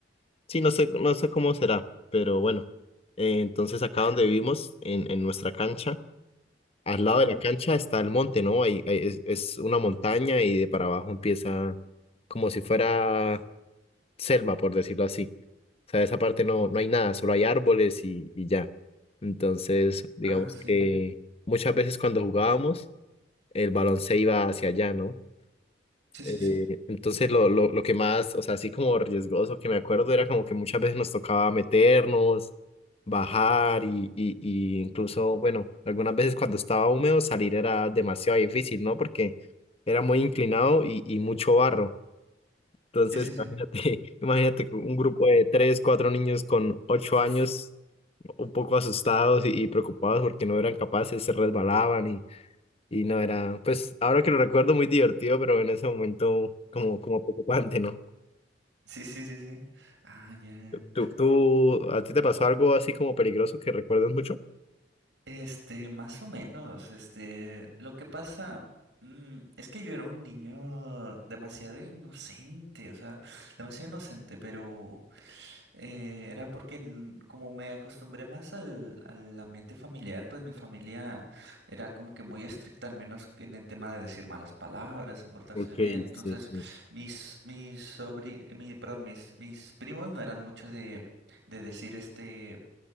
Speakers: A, on the left; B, on the right.
A: Sí, no sé, no sé cómo será, pero bueno. Eh, entonces acá donde vivimos, en, en nuestra cancha, al lado
B: ajá.
A: de la cancha está el monte, ¿no? Ahí, ahí es, es una montaña y de para abajo empieza como si fuera selva, por decirlo así. O sea, esa parte no, no hay nada, solo hay árboles y, y ya. Entonces, digamos
B: Ah, sí,
A: que
B: sí.
A: muchas veces cuando jugábamos, el balón se iba hacia allá, ¿no?
B: Sí,
A: Eh,
B: sí, sí.
A: entonces lo, lo, lo que más, o sea, así como riesgoso que me acuerdo era como que muchas veces nos tocaba meternos, bajar y, y, y incluso, bueno, algunas veces cuando estaba húmedo salir era demasiado difícil, ¿no? Porque era muy inclinado y, y mucho barro. Entonces,
B: Sí, sí, sí.
A: imagínate, <laughs> imagínate un grupo de tres, cuatro niños con ocho años un poco asustados y, y preocupados porque no eran capaces, se resbalaban y no era, pues ahora que lo recuerdo muy divertido, pero en ese momento como, como preocupante, ¿no?
B: Sí, sí, sí, sí. Ah, ya.
A: ¿Tú, tú, a ti te pasó algo así como peligroso que recuerdes mucho?
B: Este, más o menos, este, lo que pasa mm, es que yo era un niño demasiado inocente, o sea, demasiado inocente, pero eh, era porque n- como me acostumbré más al, al ambiente familiar, pues mi familia era como que muy estricta, al menos en el tema de decir malas palabras, en portarse
A: Ok,
B: bien, entonces
A: sí, sí.
B: mis, mis sobri, mi, perdón, mis, mis primos no eran mucho de, de decir este